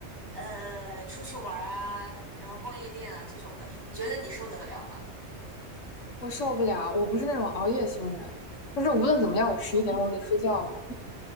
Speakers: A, on the right; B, on the left.
A: 呃出去玩儿啊，然后逛夜店啊这种的，你觉得你受得了吗？
B: 我受不了，我不是那种熬夜型人，但是无论怎么样，我十一点我得睡觉了。
A: 嗯